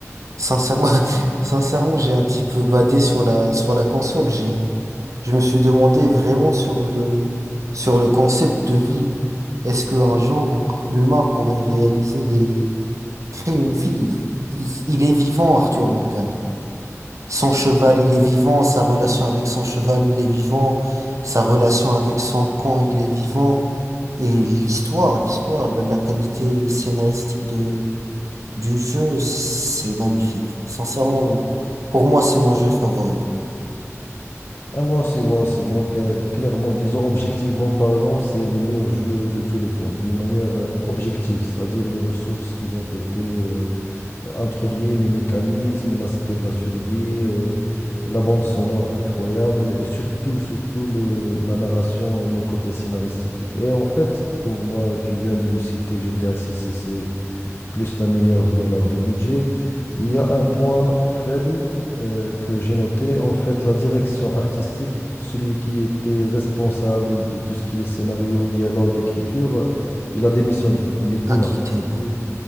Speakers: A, on the right (about 75°); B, on the left (about 50°).
A: Sincèrement, <laughs> sincèrement, j'ai un petit peu badé sur la, sur la console. J'ai, je me suis demandé vraiment sur le, sur le concept de vie. Est-ce qu'un jour, l'humain pourrait réaliser des, créer une vie? Il, il est vivant, Arthur Morgan. Son cheval, il est vivant. Sa relation avec son cheval, il est vivant. Sa relation avec son camp, il est vivant. Et l'histoire, l'histoire, la la qualité scénaristique de du jeu, c'est magnifique. Sincèrement, pour moi, c'est mon jeu favori.
B: Ah, moi aussi, moi aussi, moi que- clairement, disons objectivement parlant, c'est le meilleur jeu de tous les temps, d'une manière euh, objective, c'est-à-dire les ressources qui ont été euh, introduites, les mécanismes, l'aspect de la survie, euh, la bande sonore incroyable et surtout, surtout le, la narration et le côté scénaristique. Et en fait, pour moi, tu viens de me citer GTA 6, c'est c'est- plus d'un milliard de dollars de budget. Il y a un point faible euh, que j'ai noté, en fait, la direction artistique, celui qui était responsable de tout ce qui est scénario, dialogue, écriture, euh, il a démissionné, il n'est plus
A: Acquitté,
B: là, il n'est plus,
A: ouais.